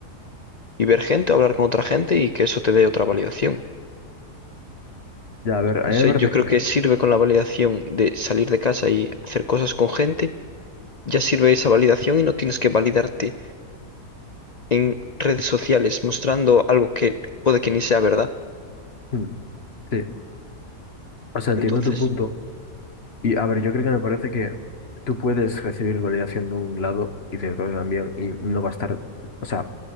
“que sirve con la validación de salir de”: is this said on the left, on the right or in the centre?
Left